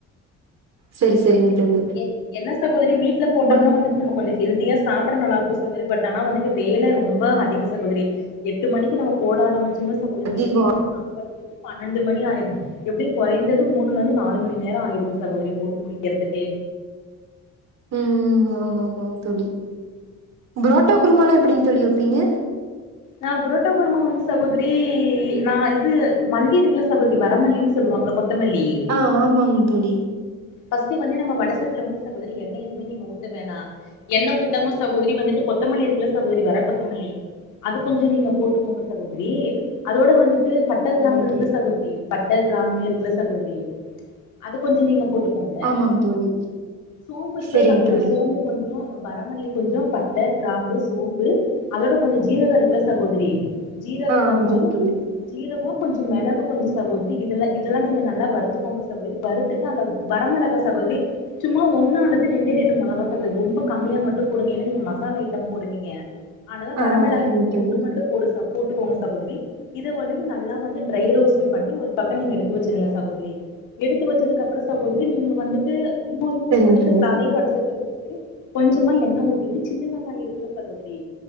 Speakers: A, on the right; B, on the left.
A: சேரி சேரிங்க தோழி
B: என் என்ன சகோதரி வீட்ல போட்டோம்னா
A: ப்ரோ
B: வந்துட்டு நமக் கொஞ்சோ ஹெல்தியா சாப்பிட நல்லாருக்கு சகோதரி பட் ஆனா வந்துட்டு வேலை ரொம்ப அதிகோ சகோதரி எட்டு மணிக்கு நம்ம போட ஆரம்பிச்சோனா சகோதரி
A: அதிகோ
B: எப்படியு நம்ம சாப்பறதுக்கு பன்னெண்டு மணி ஆயிரு எப்டியு கொறைந்தது மூண்லந்து நாலு மணி நேரோ ஆயிருது சகோதரி போட்டு முடிக்கிறதுக்கே
A: ம் ஆமாமா தோழி புரோட்டா குருமாலா எப்டிங் தோழி வெப்பீங்க
B: நா புரோட்டா குருமா வந்து சகோதரி நா இது மல்லி இருக்குல சகோதரி வரமல்லின்னு சொல்லுவாங்கள கொத் தமல்லி
A: ஆ ஆமாங் தோழி
B: ஃபஸ்ட்டு வந்து நம்ம வட சட்ல வந்து சகோதரி என்ன எதுமே நீங்க ஊத்த வேணா என்ன ஊத்தாம சகோதரி வந்துட்டு கொத்தமல்லி இருக்குல சகோதரி வர கொத்தமல்லி அது கொஞ்சோ நீங்க போட்டுக்கோங்க சகோதரி அதோட வந்துட்டு ப ட்ட கிராம்பு
A: ஆமாங்க
B: இருக்குல
A: தோழி
B: சகோதரி பட்ட கிராம்மு இருக்குல சகோதரி அது கொஞ்சோ நீங்க போட்டு க்கோங்க
A: ஆமாங்க தோழி
B: சோம்பு இருக்குல
A: செரிங்க
B: சகோதரி
A: தோழி
B: சோம்பு கொஞ் சோ வரமல்லி கொஞ்சோ பட்ட கிராம்பு சோம்பு அதோட கொஞ்சோ ஜீரக இருக்குல சகோதரி ஜீரக
A: ஆ
B: கொஞ்சோ
A: ஆமாங்க தோழி
B: ஜீரகோ கொஞ்சோ மிளகு கொஞ்சோ சகோதரி இதெல்லா இதெல்லா நீங்க நல்லா வறுத்துக்கோங்க சகோதரி வறுத்துட்டு அதுல வரமிளகா சகோதரி சும்மா ஒன்னா அல்லது ரெண்டே ரெண்டு மொளகா சகோதரி ரொம்ப கம்மியா மட்டு போடுங்க ஏன்னா நீங்க மசாலா ஐட்டம் போடுவீங்க ஆனால வரமிளகாய்க்கு
A: ஆ செரிங்க தோழி
B: ஒண்ணு மட்டு போடு ச போட்டுக்கோங்க சகோதரி இத வந்துட்டு நல்லா வந்து ட்ரை ரோஸ்ட்டு பண்ணி ஒரு பக்கோ நீங்க எடுத்து வச்சுருங்க சகோதரி எடுத்து வச்சதுக்கு அப்பறோ சகோதரி நீங்க வந்துட்டு இன்னு இன்னொரு
A: செரிங்க
B: வட சட்ல
A: தோழி
B: அதே வட சட்ல <inaudible> கொஞ்சமா எண்ணெ ஊத்திட்டு சின்ன வெங்காய இருக்குல சகோதரி